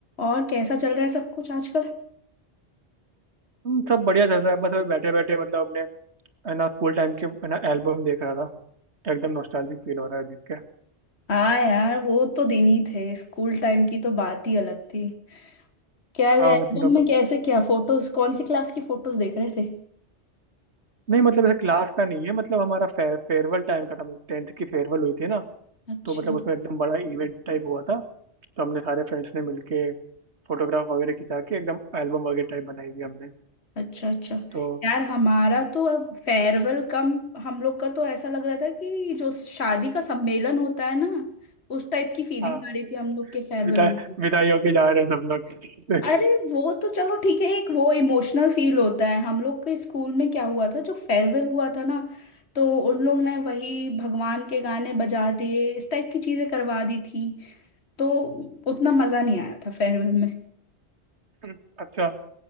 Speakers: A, on the left; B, on the right.
A: और कैसा चल रहा है सब कुछ आजकल
B: हम्म, सब बढ़िया चल रहा है बस अभी बैठे बैठे मतलब अपने है ना स्कूल टाइम के है ना एल्बम देख रहा था एकदम नॉस्टैल्जिक फील हो रहा है देख के
A: हाँ यार वो तो दिन ही थे स्कूल टाइम की तो बात ही अलग थी क्या एल्बम
B: हाँ मतलब
A: में कैसे क्या फोटोज कौन सी क्लास की फोटोज देख रहे थे
B: नहीं मतलब ऐसे क्लास का नहीं है मतलब हमारा फे, फेयरवेल टाइम का था टेंथ की फेयरवेल हुई थी ना
A: अच्छा
B: तो मतलब उसमें एकदम बड़ा इवेंट टाइप हुआ था तो हमने सारे फ्रेंड्स ने मिलके फोटोग्राफ वगैरह खिंचा के एकदम एल्बम वगैरह टाइप बनाई थी हमने
A: अच्छा अच्छा
B: तो
A: यार हमारा तो अब फेयरवेल कम हम लोग का तो ऐसा लग रहा था कि जो शादी का सम्मेलन होता है ना उस टाइप की फीलिंग
B: हाँ
A: आ रही थी हम लोग के फेयरवेल
B: विदाई
A: में
B: विदाई होके जा रहे हैं सब लोग
A: अरे वो तो चलो ठीक है एक वो इमोशनल फील होता है हम लोग के स्कूल में क्या हुआ था जो फेयरवेल हुआ था ना तो उन लोग ने वही भगवान के गाने बजा दिए इस टाइप की चीजें करवा दी थी तो उतना मजा नहीं आया था फेयरवेल
B: <laughs> अच्छा